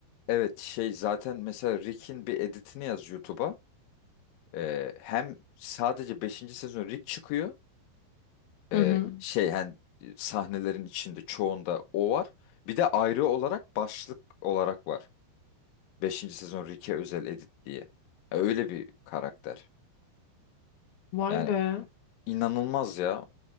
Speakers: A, on the left; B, on the left.
A: Evet şey zaten mesela Rick'in bir editini yaz YouTube'a. E, hem sadece beşinci sezon Rick çıkıyor.
B: Hı
A: e,
B: hı.
A: şey hani e, sahnelerin içinde çoğunda o var. Bir de ayrı olarak başlık olarak var. beşinci sezon Ricky Özel Edit diye. Ya öyle bir karakter.
B: Vay
A: Yani
B: be.
A: inanılmaz ya.